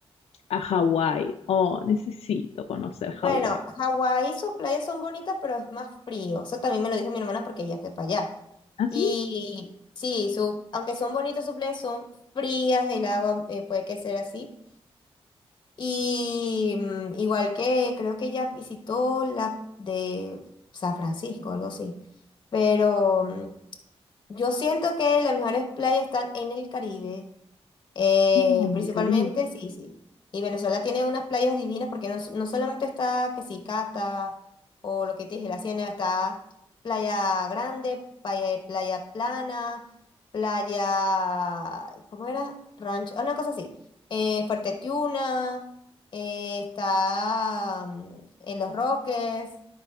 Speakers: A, on the left; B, on the left.
A: a Hawái. Oh, necesito conocer
B: Bueno,
A: Hawái.
B: Hawái, sus playas son bonitas, pero es más frío. Eso también me lo dijo mi hermana porque ella fue para allá.
A: ¿Así?
B: Y sí, su, aunque son bonitas sus playas, son frías, el agua eh, puede que sea así. Y mm, igual que creo que ella visitó la de San Francisco, algo así. Pero mm, yo siento que las mejores playas están en el Caribe. Eh,
A: No, no, en
B: principalmente,
A: el Caribe.
B: sí, sí. Y Venezuela tiene unas playas divinas porque no, no solamente está que si Cata o lo que te dije, la Ciénaga, está Playa Grande, Playa, Playa Plana, Playa, ¿cómo era? Rancho, una cosa así. Eh, Fuerte Tiuna, eh, está mm, en Los Roques.